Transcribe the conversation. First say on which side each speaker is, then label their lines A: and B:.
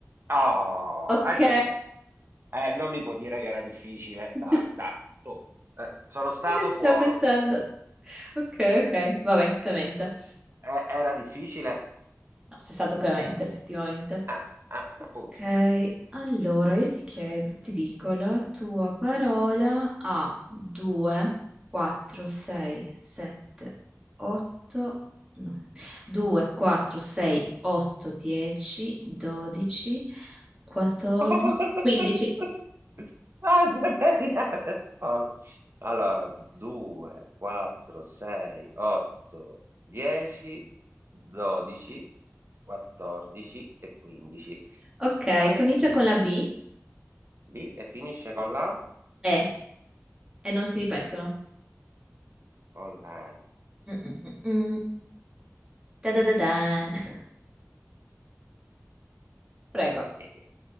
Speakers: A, on the right; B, on the right.
A: Oh,
B: Ok.
A: hai indovinato. Eh, non mi può dire che era difficile.
B: <laughs>
A: Dai, dai, su. Eh, sono stato
B: Ci stavo
A: buono.
B: pensando. Ok,
A: Eh,
B: ok. Vabbè, Clemente.
A: eh, era difficile?
B: No, sei stato Clemente, effettivamente.
A: Eh, eh, appunto.
B: Ok, allora io ti chiedo, ti dico, la tua parola ha 2, 4, 6, 7, 8, no, 2, 4, 6, 8, 10, 12, 14,
A: <laughs>
B: 15.
A: Ah, Siberia. Oh. Allora, 2, 4, 6, 8, 10, 12, 14 e 15.
B: Ok,
A: Dai,
B: comincia con la B
A: B e finisce con la?
B: e, e non si ripetono.
A: Con la
B: Mm, mm, mm, mm. Da da da dan. <laughs> Prego.
A: E. Che-